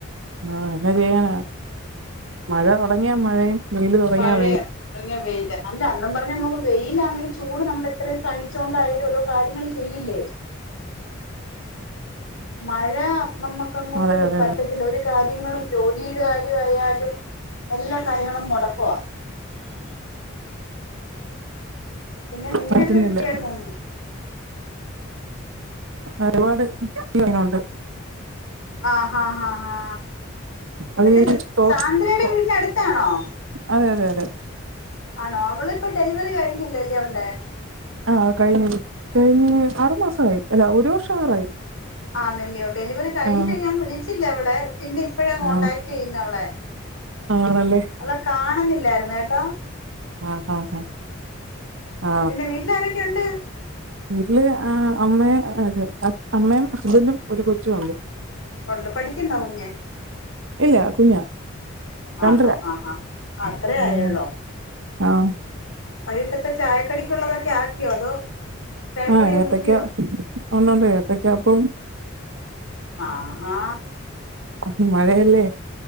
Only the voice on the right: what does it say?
ആ എന്നാ ചെയ്യാനാ മഴ തുടങ്ങിയാ മഴയും വെയില് തുടങ്ങിയാ
വെയിലും
അതെ അതെ
പറ്റുന്നില്ല
ഒരുപാട്ണ്ട്
അത്
ഈ തോ
തോ
അതെ അതെ അതെ
ആ കഴിഞ്ഞ കഴിഞ്ഞ ആറു മാസമായി അല്ലാ ഒരു വർഷം ആറായി
ആ
ആ
ആണല്ലേ?
ആ ഹാ ഹാ ആ
വീട്ട്ല് ആ അമ്മേം അതെ അമ്മയും ഹസ്ബന്റും ഒര് കൊച്ചു ഉണ്ട്
ഇല്ല കുഞ്ഞാ രണ്ടര
ആഹ്
ആഹ്
ആ ഏത്തക്ക
ഒണ്ടുണ്ട് ഏത്തക്ക അപ്പവും
അത് മഴയല്ലേ